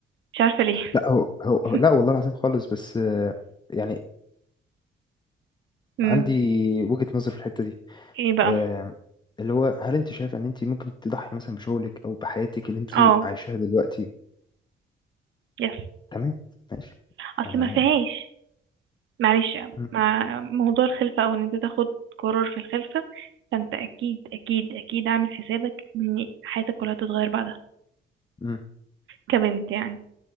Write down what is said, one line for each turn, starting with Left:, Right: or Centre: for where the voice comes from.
Right: مش عارفة ليه
Left: لا هو هو
Right: <laughs>
Left: هو- لا والله العظيم خالص بس آه، يعني
Right: امم
Left: عندي وجهة نظر في الحته دي
Right: ايه بقى
Left: آم، اللي هو هل انت شايفه ان انت ممكن تضحي مثلا بشغلك او بحياتك اللي انت
Right: اه
Left: عايشاها دلوقتي
Right: يس
Left: تمام ماشي
Right: اصل
Left: آه.
Right: ما فيهاش معلش
Left: مم.
Right: مع موضوع الخلفة او ان انت تاخد قرار في الخلفة فانت اكيد اكيد اكيد عامل حسابك ان حياتك كلها تتغير بعدها
Left: مم.
Right: كبنت يعني